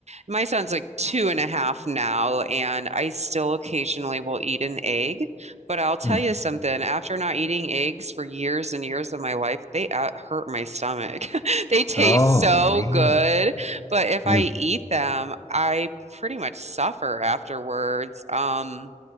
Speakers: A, on the right; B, on the left.
A: my son's like two and a half now, and I still occasionally will eat an egg. But I'll tell
B: hmm.
A: you something, after not eating eggs for years and years of my life, they uh, hurt my stomach. <laughs> They taste
B: Oh
A: so
B: man.
A: good, but if
B: Yeah.
A: I eat them, I pretty much suffer afterwards. Um,